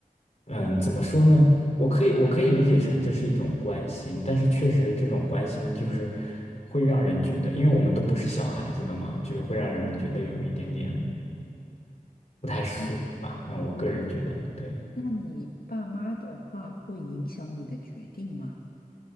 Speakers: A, on the left (about 45°); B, on the left (about 90°).
A: 嗯，怎么说呢？我可以我可以理解成这是一种关心，但是确实这种关心就是会让人觉得，因为我们都不是小孩子了嘛，就是会让人觉得有一点点。不太熟吧。
B: 嗯，
A: 嗯，我个人觉得对，
B: 那你爸妈的话会影响你的决定吗？